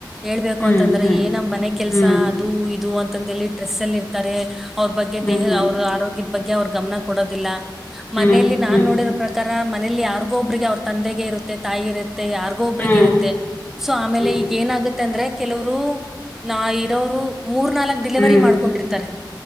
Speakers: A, in the centre; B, on the left (about 25°).
A: ಹೇಳ್ಬೇಕು
B: ಹ್ಮ್
A: ಅಂತಂದ್ರೆ
B: ಹ್ಮ್
A: ಏನ ಮನೆ ಕೆಲ್ಸ
B: ಹ್ಮ್
A: ಅದು ಇದು ಅಂತ ಅಂತದ್ ಹೇಳಿ ಸ್ಟ್ರೆಸ್ ಅಲ್ ಇರ್ತರೆ ಅವ್ರ್ ಬಗ್ಗೆ
B: ಹ್ಮ್
A: ದೇಹ ಅವ್ರು ಆರೋಗ್ಯದ್ ಬ ಬಗ್ಗೆ ಅವ್ರ್ ಗಮ್ನ ಕೊಡೋದಿಲ್ಲ ಮನೇಲಿ
B: ಹ್ಮ್
A: ನಾನ್
B: ಹ್ಮ್
A: ನೋಡಿರೊ ಪ್ರಕಾರ ತರ ಮನೇಲಿ ಯಾರ್ಗೊ ಒಬ್ರಿಗೆ ಅವ್ರ್ ತಂದೆಗೆ ಇರುತ್ತೆ ತಾಯಿಗ್ ಇರುತ್ತೆ ಯಾರ್ಗೋ ಒಬ್ರಿಗ್
B: ಹ್ಮ್
A: ಇರುತ್ತೆ ಸೊ ಆಮೇಲೆ
B: ಹ್ಮ್
A: ಈಗ್
B: ಹ್ಮ್
A: ಏನಾಗುತ್ತೆ ಅಂದ್ರೆ ಕೆಲುವ್ರು ನಾ ಇರೋರು ಮೂರ್ ನಾಲಕ್ ಡಿಲೆವರಿ
B: ಹ್ಮ್
A: ಮಾಡ್ಕೊಂಡಿರ್ತಾರೆ,